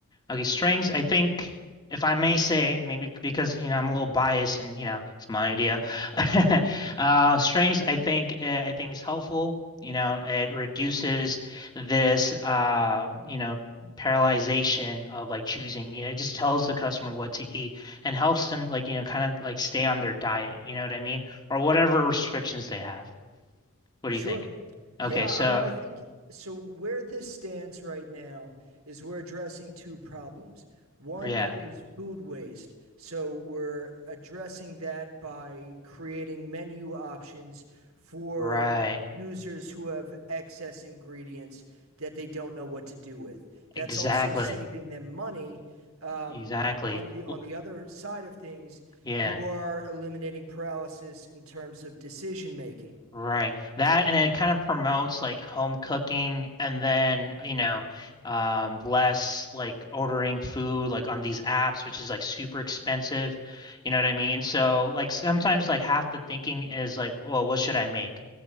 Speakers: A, on the left (about 20°); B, on the right (about 65°).
A: Okay, strings, I think, if I may say, maybe because, you know, I'm a little biased and, you know, it's my idea. <laughs> Uh, strings, I think, uh, I think is helpful. You know, it reduces this, uh, you know, paralyzation of like choosing. You know, it just tells the customer what to eat and helps them like, you know, kind of like stay on their diet. You know what I mean? Or whatever restrictions they have. What
B: Sure.
A: do you think? Okay,
B: Yeah,
A: so
B: I mean, I think so. Where this stands right now is we're addressing two problems. One
A: yeah,
B: is food waste. So we're addressing that by creating menu options for
A: right.
B: users who have excess ingredients that they don't know what to do with. That's
A: Exactly.
B: also saving them money. Um,
A: Exactly.
B: on the on
A: Well,
B: the other side of things,
A: yeah.
B: you are eliminating paralysis in terms of decision making
A: Right. That and it kind of promotes like home cooking and then, you know, um less like ordering food like on these apps, which is like super expensive. You know what I mean? So like sometimes like half the thinking is like, well, what should I make?